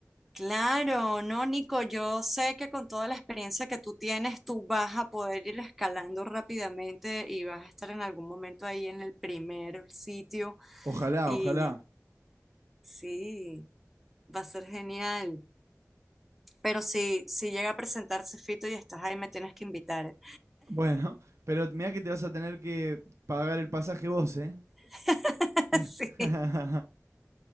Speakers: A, in the centre; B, on the right.
A: Claro, no, Nico, yo sé que con toda la experiencia que tú tienes, tú vas a poder ir escalando rápidamente y vas a estar en algún momento ahí en el primer sitio
B: Ojalá,
A: y
B: ojalá.
A: sí, va a ser genial. Pero si, si llega a presentarse Fito y estás ahí, me tienes que invitar,
B: Bueno, pero mira que te vas a tener que pagar el pasaje vos, ¿eh?
A: <laughs>
B: Sí. <laughs>
A: Sí,